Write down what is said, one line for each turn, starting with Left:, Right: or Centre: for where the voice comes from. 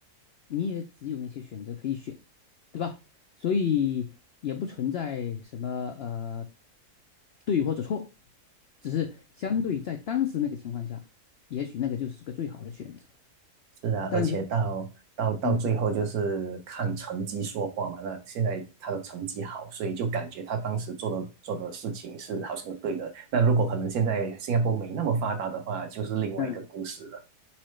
Left: 你也只有那些选择可以选，对吧？所以也不存在什么呃对或者错，只是相对在当时那个情况下，也许那个就是个最好的选择。
Right: 是啊，
Left: 但是，
Right: 而且到到到最后就是看成绩说话嘛。
Left: 嗯
Right: 那现在他的成绩好，所以就感觉他当时做的做的事情是好像是对的。那如果可能现在新加坡没那么发达的话，就是另外一个故事了。
Left: 嗯。